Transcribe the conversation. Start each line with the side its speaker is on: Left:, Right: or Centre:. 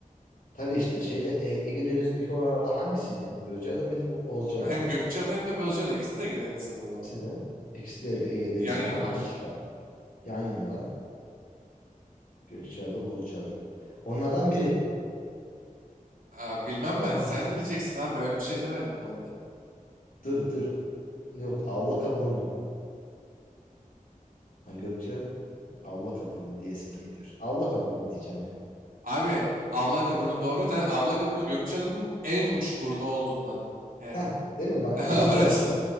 Left: Tabii işte şeyde E- Ege Denizi'ndeki olan ada hangisiydi ya? Gökçeada mıydı bu? Bozcaada
Right: Ya hem
Left: mıydı?
Right: Gökçeada hem de Bozcaada. İkisi de Ege izinde bu
Left: İkisi
Right: arada.
Left: de. İkisi de
Right: İk-
Left: Ege Denizi'nde.
Right: Yan yanalar.
Left: Hangisi daha? Yan yanalar. Gökçeada, Bozcaada. Onlardan biri.
Right: Aa, bilmem
Left: De
Right: ben.
Left: hangisi?
Right: Sen bileceksin abi. Ben öyle bir şey demedim bu arada.
Left: Dur dur. Yok Avlakaburnu. Ha, Gökçe Avlakaburnu diyesim geliyor. Avlakaburnu diyeceğim ya.
Right: Abi Avlakaburnu doğru. Sen Avlakaburnu Gökçeada'nın en uç burnu olduğundan. Yani.
Left: Heh, değil mi?
Right: <laughs>
Left: Bak
Right: Orası.
Left: Gökçeada.